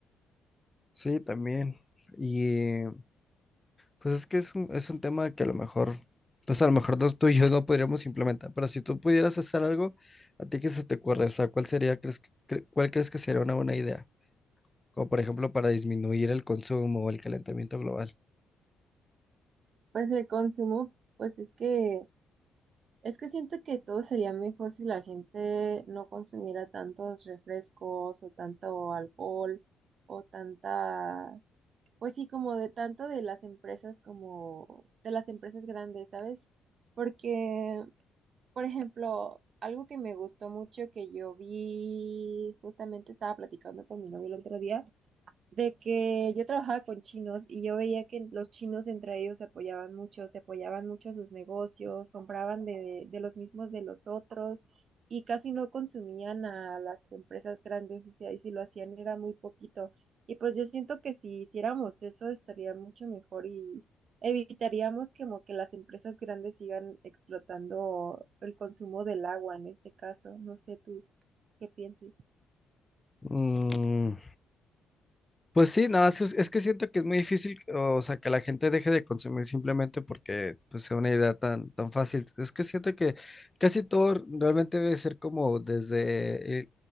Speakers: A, on the left; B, on the right.
A: Sí, también. Y Pues es que es un, es un tema que a lo mejor, pues a lo mejor no- tú y yo no podríamos implementar, pero si tú pudieras hacer algo, ¿a ti qué se te ocurre? O sea, ¿cuál sería, crees, que- cre- cuál crees que sería una buena idea? Como por ejemplo para disminuir el consumo o el calentamiento global.
B: Pues el consumo, pues es que Es que siento que todo sería mejor si la gente no consumiera tantos refrescos o tanto alcohol o tanta, pues sí, como de tanto de las empresas como de las empresas grandes, ¿sabes? Porque, por ejemplo, algo que me gustó mucho que yo vi, justamente estaba platicando con mi novio el otro día de que yo trabajaba con chinos y yo veía que los chinos entre ellos se apoyaban mucho, se apoyaban mucho a sus negocios, compraban de, de los mismos de los otros y casi no consumían a las empresas grandes, o sea, y si lo hacían era muy poquito. Y pues yo siento que si hiciéramos eso estaría mucho mejor y evitaríamos como que las empresas grandes sigan explotando el consumo del agua en este caso. No sé tú qué pienses.
A: Mm, pues sí, no, es, es que siento que es muy difícil, o sea, que la gente deje de consumir simplemente porque pues, sea una idea tan, tan fácil. Es que siento que casi todo realmente debe ser como desde eh,